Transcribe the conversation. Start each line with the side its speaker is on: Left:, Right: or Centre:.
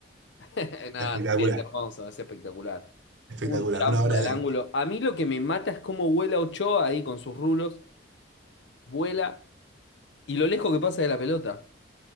Left: <laughs> Nada,
Right: Espectacular,
Left: sí, es hermoso, es espectacular.
Right: espectacular,
Left: Un chanfle
Right: una obra
Left: al
Right: de
Left: ángulo.
Right: arte.
Left: A mí lo que me mata es cómo vuela Ochoa ahí con sus rulos. Vuela y lo lejos que pasa de la pelota.